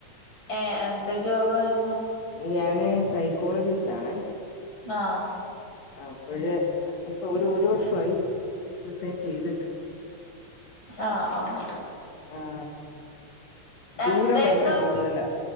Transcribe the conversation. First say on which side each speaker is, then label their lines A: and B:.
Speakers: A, on the left (about 40°); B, on the left (about 65°).
A: ഏഹ് എന്ത് ജോബായിരുന്നു
B: ഞാന് സൈക്കോളജിസ്റ്റാണേ
A: ആഹ്
B: അപ്പഴ് ഇപ്പൊ ഒരു ഒരു വർഷമായി റിസൈൻ ചെയ്തട്ട്
A: ആഹ് ആഹ്
B: ആഹ് ദൂരം
A: എന്തായിരുന്നു
B: ഭയങ്കര കൂടുതലാ